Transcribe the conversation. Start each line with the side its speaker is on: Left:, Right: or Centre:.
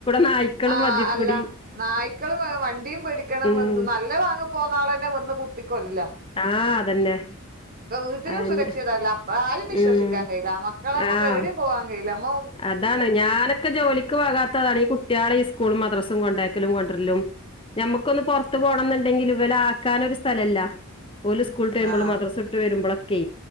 Left: നായ്ക്കളും
Right: ആഹ
Left: വജ്ജിക്കൂടി
Right: അല്ല നായ്ക്കളും വണ്ടിയും പേടി ണം
Left: ഉം
Right: നല്ല വാങ്ങ പോകന്ന ആളന്നെ വന്ന് കുത്തിക്കോല്ല
Left: ആഹ് അതന്നെ
Right: വീട്ടിലും
Left: അതന്നെ.
Right: സുരക്ഷിതല്ല ആരെയും വിശ്വസിക്കാൻ
Left: ഉം
Right: കഴയില്ല മക്കളെ നമ്മുക്ക്
Left: ആഹ്
Right: ഏവിടെയും പോവാൻ കഴയില്ല അമ്മ
Left: അതാണ് ഞാനൊക്കെ ജോലിക്ക് പോകാത്തതാണ് ഈ കുട്ടികളെ ഈ സ്കൂളും മദ്രാസും കൊണ്ട <unintelligible> നമ്മുക്കൊന്ന് പുറത്ത് പോകണം എന്നുണ്ടെങ്കിൽ ഇവല ആക്കാനൊ ഒരു സ്ഥലം ഇല്ല പോലും സ്കൂളിട്ട വരുമ്പോൾും
Right: ആഹ്
Left: മദ്രസട്ട് വരുമ്പോഴൊക്കെ